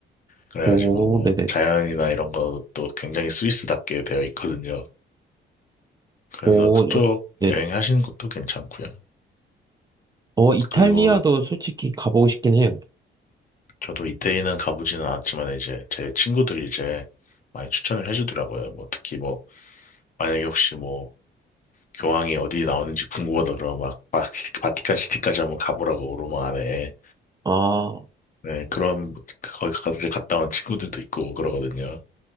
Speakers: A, on the left; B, on the right.
A: 그래가지고
B: 오,
A: 뭐
B: 네네.
A: 자연이나 이런 것도 굉장히 스위스답게 되어 있거든요. 그래서
B: 오,
A: 그쪽
B: 어, 네네.
A: 여행하시는 것도 괜찮고요.
B: 어, 이탈리아도
A: 그리고
B: 솔직히 가보고 싶긴 해요.
A: 저도 이태리는 가보지는 않았지만 이제 제 친구들이 이제 많이 추천을 해주더라고요. 뭐 특히 뭐 만약에 혹시 뭐 교황이 어디 나오는지 궁금하다 그러면 막 바티- 바티칸 시티까지 한번 가보라고 로마 안에.
B: 아,
A: 네, 그런, 거기 가서 갔다 온 친구들도 있고 그러거든요.